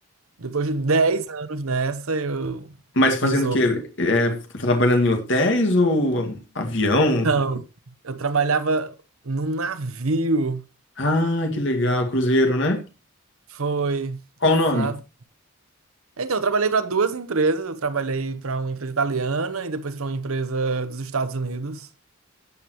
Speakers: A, on the right; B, on the left.
A: depois de 10 anos nessa, eu
B: Mas fazendo
A: resolvi.
B: o quê? É, trabalhando em hotéis ou avião?
A: Então, eu trabalhava num navio.
B: Ah, que legal, cruzeiro, né?
A: Foi,
B: Qual
A: exato.
B: o nome?
A: Então, eu trabalhei para duas empresas. Eu trabalhei para uma empresa italiana e depois para uma empresa dos Estados Unidos.